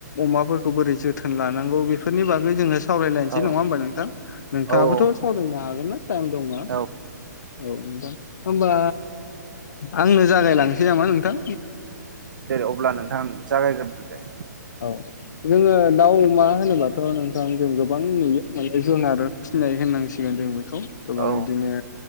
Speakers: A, on the left; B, on the right.
A: अमाफोरखौ बोरै जोथोन लानांगौ बेफोरनि बागै जोङो सावरायलायनोसै
B: औ
A: नङा होमबा नोंथां? नोंथाङाबोथ'
B: औ
A: सावरायनो हागोन ना टाइम दंबा।
B: औ
A: औ नोंथां होमबा आंनो जागायलांसै नामा नोंथां?
B: दे अब्ला नोंथां जागायगोरदो दे।
A: औ जोङो दाउ अमा होनोबाथ' नोंथां जों गोबां नुयो माने जों आरो फिनाय होननांसिगोन जों बे खौ गोबां
B: औ
A: इदिनो